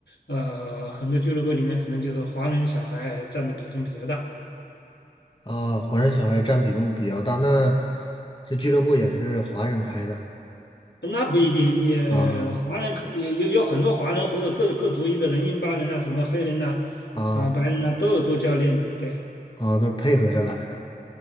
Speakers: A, on the left (about 90°); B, on the left (about 30°).
A: 呃很多俱乐部里面可能就是华人小孩占的比重比较大。
B: 啊，华人小孩占比重比较大，那这俱乐部也是华人开的
A: 那不一定，也华人可也有有很多华人或者各各族裔的人，
B: 啊
A: 印巴人呐、什么黑人呐、
B: 啊
A: 啊、白人呐、都有做教练的，对。
B: 啊，都是配合着来的。